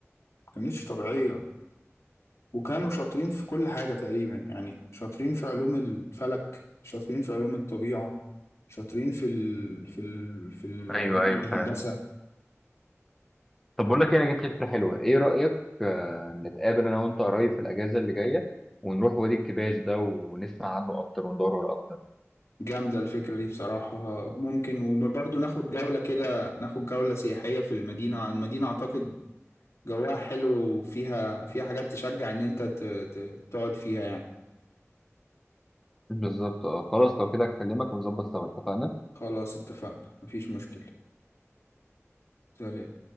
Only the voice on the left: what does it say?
كانتش طبيعية وكانوا شاطرين في كل حاجة تقريبا يعني شاطرين في علوم الفلك شاطرين في علوم الطبيعة شاطرين في ال... في ال... في العلوم
الهندسة
جامدة الفكرة دي بصراحة ممكن وبرضه ناخد جولة كده ناخد جولة سياحية في المدينة المدينة أعتقد جواها حلو وفيها فيها حاجات تشجع إن أنت ت... ت... تقعد فيها يعني
خلاص اتفقنا مفيش مشكلة سلام